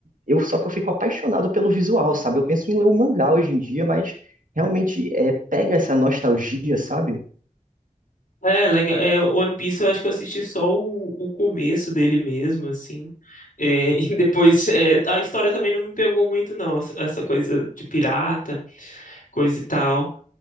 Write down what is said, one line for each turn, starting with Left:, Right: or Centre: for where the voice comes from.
Right: eu só que eu fico apaixonado pelo visual, sabe? Eu penso em ler um mangá hoje em dia, mas realmente é, pega essa nostalgia, sabe?
Left: É, legal. É, One Piece eu acho que eu assisti só o, o começo dele mesmo, assim. É, <laughs> e depois, é, a história também não me pegou muito, não. Essa essa coisa de pirata, coisa e tal.